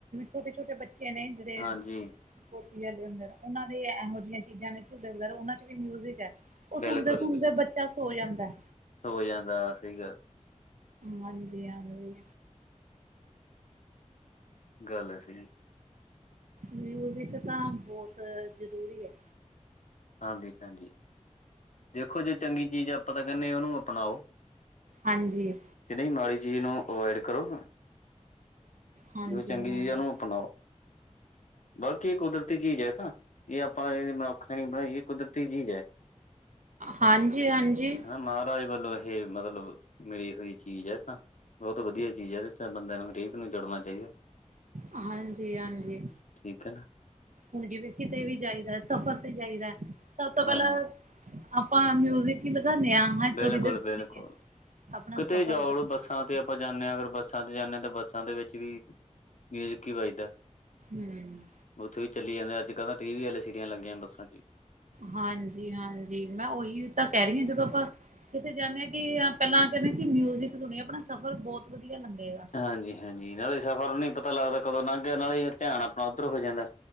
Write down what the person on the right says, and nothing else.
ਛੋਟੇ- ਛੋਟੇ ਬੱਚੇ ਨੇ। ਜਿਹੜੇ।
ਗੋਦੀ ਆਂਲੇ ਹੁੰਦੇ ਨੇ, ਉਹਨਾਂ ਦੇ ਇਹੋ ਜਿਹੀਆਂ ਚੀਜ਼ਾਂ ਨੇ ਝੂਲੇ ਵਗੈਰਾ ਉਹਨਾਂ ਚ ਵੀ ਮਿਊਜ਼ਿਕ ਐ। ਉਹ
ਸੁਣਦੇ- ਸੁਣਦੇ
ਬੱਚਾ ਸੋ ਜਾਂਦਾ ਆ।
ਹਾਂਜੀ- ਹਾਂਜੀ
ਮਿਊਜਿਕ ਤਾਂ ਬੋਤ ਜਰੂਰੀ ਐ।
ਹਾਂਜੀ।
ਹਾਂਜੀ
ਹਾਂ
ਹਾਂਜੀ-ਹਾਂਜੀ।
ਹਾਂਜੀ-ਹਾਂਜੀ।
ਹੁਣ ਜਿਵੇਂ ਕਿਤੇ ਵੀ ਜਾਈਦਾ, ਸਫਰ ਤੇ ਜਾਈਦੈ ਸਭ ਤੋਂ ਪੈਲਾਂ
ਆਪਾਂ ਮਿਊਜਿਕ ਵੀ ਲਗਾਨੇ ਆ। ਹਾਂ
ਥੋੜ੍ਹੀ ਦੇਰ ਸੁਣੀਏ ਆਪਣਾ
ਸਫ਼ਰ
ਵਧੀਆ
ਲੰਘ
ਹਮ
ਹਾਂਜੀ-ਹਾਂਜੀ, ਮੈਂ ਓਹੀ ਤਾ ਕੈ ਰੀਆ ਜਦੋਂ ਆਪਾਂ ਕਿਥੇ ਜਾਂਨੇ ਆ ਕਿ ਪੈਲਾਂ ਕੈਂਦੇ ਕਿ ਮਿਊਜਿਕ ਸੁਣੀਏ ਅਪਣਾ ਸਫਰ ਬੋਤ ਵਧੀਆ ਲੱਘੇਗਾ।